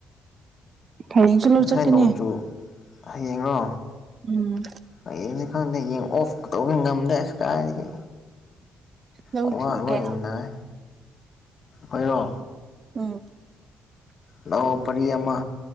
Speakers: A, on the right; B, on the left.
A: ꯍꯌꯦꯡꯁꯨ ꯂꯧ
B: ꯉꯁꯥꯏ
A: ꯆꯠꯀꯅꯤ
B: ꯅꯣꯡꯆꯨ ꯍꯌꯦꯡꯔꯣ
A: ꯎꯝ
B: ꯍꯌꯦꯡꯁꯦ ꯈꯪꯗꯦ ꯌꯦꯡ ꯑꯣꯐ ꯇꯧꯒꯦ ꯉꯝꯗ꯭ꯔꯦ ꯑꯁ ꯀꯥꯏꯗꯒꯤ
A: ꯂꯧ
B: ꯈꯋꯥꯡ ꯂꯣꯏ
A: ꯀꯌꯥ
B: ꯅꯥꯏ ꯑꯣꯏꯔꯣ
A: ꯎꯝ
B: ꯂꯧ ꯄꯔꯤ ꯑꯃ